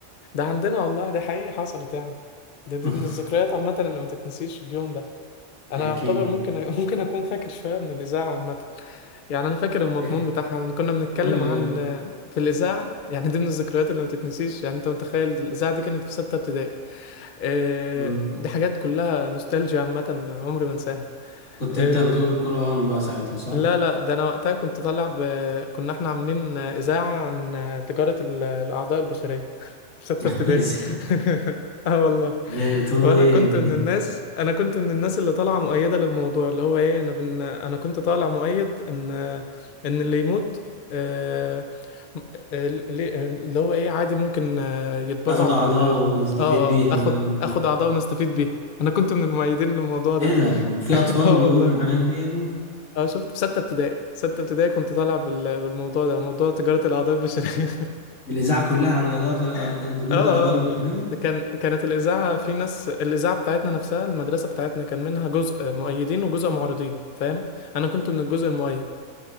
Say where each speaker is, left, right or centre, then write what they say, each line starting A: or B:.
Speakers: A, on the left (about 55°); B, on the left (about 80°).
A: عندنا والله ده حقيقي حصلت يعني ده دي
B: <laughs>
A: من الذكريات عامة اللي ما تتنسيش اليوم ده أنا
B: احكي
A: يعتبر
B: لي
A: ممكن <laughs> ممكن أكون فاكر شوية من الإذاعة عامة يعني أنا فاكر المضمون
B: احكي
A: بتاعها إن كنا بنتكلم
B: قول لي
A: عن
B: قول لي
A: في الإذاعة يعني دي من الذكريات اللي ما تتنسيش يعني أنت متخيل الإذاعة دي كانت في ستة ابتدائي آه،
B: مم.
A: دي حاجات كلها نوستالجيا عامة عمري ما أنساها
B: كنت
A: آه،
B: انت بتقول القران بقى ساعتها صح؟
A: لا لا ده انا وقتها كنت طالع ب... كنا احنا عاملين اذاعه عن تجاره ال- الاعضاء البشريه <laughs> في سته
B: <laughs>
A: ابتدائي <laughs> اه والله
B: ازاي تقولوا
A: وانا
B: ايه؟
A: كنت من الناس انا كنت من الناس اللي طالعه مؤيده للموضوع اللي هو ايه انا بن... انا كنت طالع مؤيد ان ان اللي يموت آه، اللي اللي هو ايه عادي ممكن آه، يتبرع
B: ناخد اعضاء
A: بال اه
B: ونستفيد بيها
A: اه
B: بقى
A: اخد
B: وبتاع.
A: اخد اعضاء ونستفيد بيها انا كنت من المؤيدين للموضوع ده
B: ايه ده؟ وفي
A: <laughs>
B: اطفال
A: اه
B: بيقولوا
A: والله
B: الحاجات دي يا ابني؟
A: اه شفت في ستة ابتدائي ستة ابتدائي كنت طالع بال... بالموضوع ده موضوع تجارة الأعضاء البشرية
B: الاذاعه كلها عن اعضاء
A: <laughs>
B: دكاره
A: اه
B: الاعضاء البشريه
A: اه كان كانت الإذاعة في ناس الإذاعة بتاعتنا نفسها المدرسة بتاعتنا كان منها جزء مؤيدين وجزء معارضين فاهم أنا كنت من الجزء المؤيد